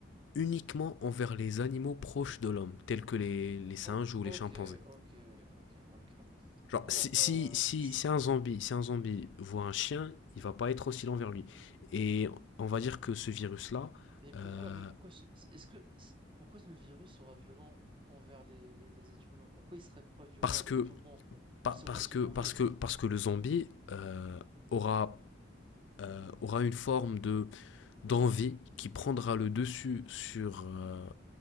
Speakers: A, on the left; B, on the right.
A: uniquement envers les animaux proches de l'homme, tels que les, les singes
B: O-
A: ou
B: ok,
A: les chimpanzés.
B: ok, ok, ok. Att-
A: Genre,
B: Alors,
A: si, si,
B: euh,
A: si,
B: si,
A: si un zombie, si un zombie voit un chien, il va pas être hostile envers lui. Et on va dire que ce virus-là,
B: mais pourquoi,
A: euh,
B: mais pourquoi, ce- est-ce que, si- pourquoi le virus sera violent qu'envers les, les, les êtres humains? Pourquoi il serait pas violent
A: parce
B: avec
A: que
B: tout le monde pour
A: pa-
B: seulement
A: parce
B: se
A: que
B: nourrir
A: parce que parce que le zombie euh, aura euh, aura une forme de d'envie qui prendra le dessus sur euh,